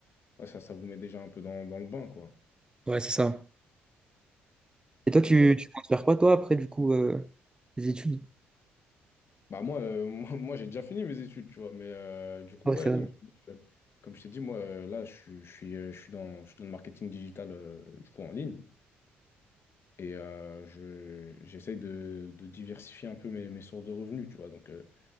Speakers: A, on the left; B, on the right.
A: ouais, ça, ça vous met déjà un peu dans, dans le bain, quoi.
B: Ouais, c'est ça. Et toi,
A: Ok,
B: tu,
A: ok.
B: tu comptes faire quoi, toi, après, du coup, euh, les études?
A: Bah moi, euh, <laughs> moi, moi, j'ai déjà fini mes études, tu vois, mais euh, du coup,
B: Ouais,
A: ouais,
B: c'est vrai.
A: comme je t'ai dit, euh, comme je t'ai dit, moi, euh, là, je, suis, je suis, euh, je suis dans, je suis dans le marketing digital, euh, du coup, en ligne, et euh, je, j'essaye de, de diversifier un peu mes, mes sources de revenus, tu vois. Donc, euh,